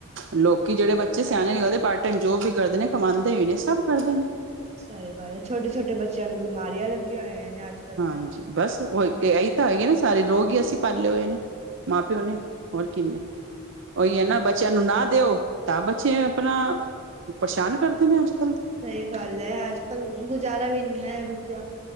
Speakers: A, on the right; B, on the right.
A: ਲੋਕੀ ਜਿਹੜੇ ਬੱਚੇ ਸਿਆਣੇ ਨੇ ਉਹਦੇ ਪਾਰਟ ਟੈਮ ਜੋਬ ਵੀ ਕਰਦੇ ਨੇ ਕਮਾਂਦੇ ਵੀ ਨੇ ਸਭ ਕਰਦੇ ਨੇ
B: ਸਹੀ ਗੱਲ ਹੈ ਛੋਟੇ ਛੋਟੇ ਬੱਚਿਆਂ ਨੂੰ ਬਿਮਾਰੀਆਂ ਲੱਗੀਆਂ ਹੋਈਆਂ ਨੇ ਅੱਜ ਕੱਲ
A: ਹਾਂਜੀ ਬਸ ਉਹੀ ਇੱਕ ਏਹੀ ਤਾਂ ਹੈਗੀ ਨਾ ਸਾਰੇ ਰੋਗ ਹੀ ਅਸੀਂ ਪਾਲੇ ਹੋਏ ਨੇ ਮਾਂ ਪਿਓ ਨੇ ਹੋਰ ਕਿੰਨੇ ਉਹੀ ਹੈ ਨਾ ਬੱਚਿਆਂ ਨੂੰ ਨਾ ਦਿਓ ਤਾਂ ਬੱਚੇ ਆਪਣਾ ਪਰਸ਼ਾਨ ਕਰਦੇ ਨੇ ਅੱਜ ਕੱਲ੍ਹ ਦੇ
B: ਸਹੀ ਗੱਲ ਹੈ ਅੱਜ ਕੱਲ ਗੁਜ਼ਾਰਾ ਵੀ ਨਹੀਂ ਨਾ ਬੱਚਿਆਂ